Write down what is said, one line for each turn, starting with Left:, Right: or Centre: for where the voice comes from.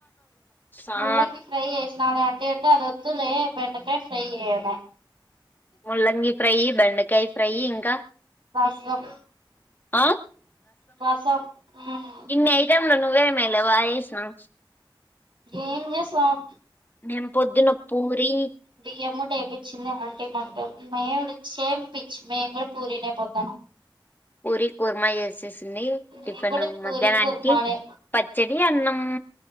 Left: ఆ
Right: ముల్లంగి ఫ్రై చేసినాలే అంటే అండి అది వద్దులే బెండకాయ్ చెయ్ అనే
Left: ముల్లంగి ఫ్రై బెండకాయ ఫ్రై ఇంకా
Right: రసం
Left: ఆ
Right: రసం మ్మ్
Left: ఇన్ని ఐటాం లు నువ్వె మేలె బాగచేసినావ్
Right: ఏం చేసినావ్
Left: నేను పొద్దున పూరి
Right: బియ్యం మూట వేపిచ్చిన బాగ మేమ్ సేమ్ పిచ్చ్ మేమ్ కూడా పూరినే పొద్దన
Left: పూరి కుర్మా చేసేసింది
Right: నేను
Left: టిఫిన్
Right: కూడా పూరి
Left: మధ్యాహ్నానికి
Right: కుర్మానే
Left: పచ్చడి అన్నం